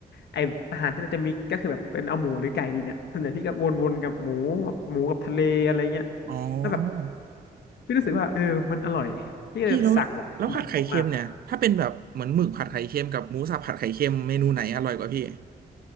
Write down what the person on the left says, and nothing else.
ไออาหารที่เราจะมีกก็คือแบบเป็นเอาหมูหรือไก่ดีเนี่ยส่วนใหญ่พี่ก็วนๆกับหมูแบบหมูกับทะเลอะไรเงี้ย
แล้วแบบพี่รู้สึกว่าเออมันอร่อยพี่ก็เลยสั่งแบบเหมามาก